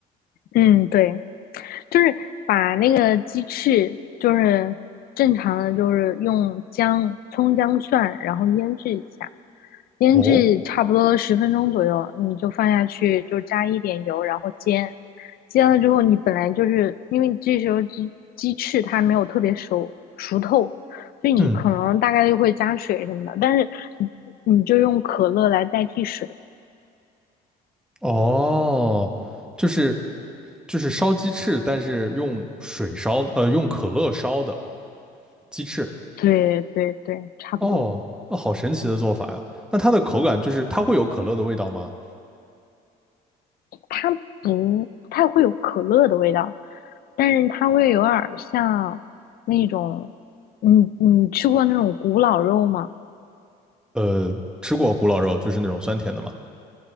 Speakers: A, on the left (about 60°); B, in the centre.
A: 嗯，对，就是把那个鸡翅，就是正常的，就是用姜、葱、姜、蒜，然后腌制一下。腌制差不多十分钟左右，
B: 哦，
A: 你就放下去，就加一点油，然后煎。煎了之后，你本来就是因为这时候鸡鸡翅它没有特别熟熟透，所以你可能大概率会加水什么的，
B: 嗯
A: 但是你你就用可乐来代替水。
B: 哦，就是就是烧鸡翅，但是用水烧的，呃，用可乐烧的鸡翅。
A: 对对对，差不多。
B: 哦，哦，好神奇的做法呀！那它的口感就是它会有可乐的味道吗？
A: 它不太会有可乐的味道，但是它会有点儿像那种，你你吃过那种古老肉吗？
B: 呃，吃过古老肉，就是那种酸甜的嘛，